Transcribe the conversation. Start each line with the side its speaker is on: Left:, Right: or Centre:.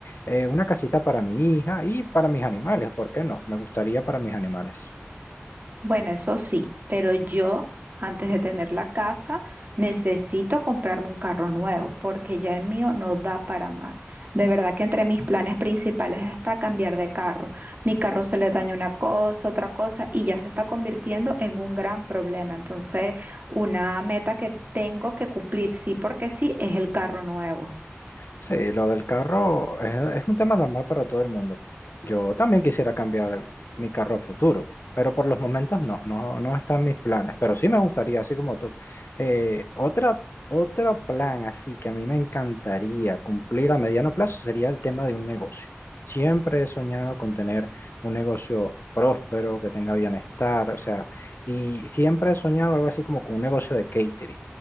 Left: eh, una casita para mi hija y para mis animales, ¿por qué no? Me gustaría para mis animales.
Right: Bueno, eso sí, pero yo antes de tener la casa necesito comprarme un carro nuevo porque ya el mío no da para más. De verdad que entre mis planes principales está cambiar de carro. Mi carro se le daña una cosa, otra cosa y ya se está convirtiendo en un gran problema. Entonces, una meta que tengo que cumplir sí porque sí es el carro nuevo.
Left: Sí, lo del carro es, es un tema normal para todo el mundo. Yo también quisiera cambiar mi carro a futuro, pero por los momentos no, no, no están mis planes, pero sí me gustaría, así como tú. Eh, otra, otro plan así que a mí me encantaría cumplir a mediano plazo sería el tema de un negocio. Siempre he soñado con tener un negocio próspero, que tenga bienestar, o sea, y siempre he soñado algo así como con un negocio de catering,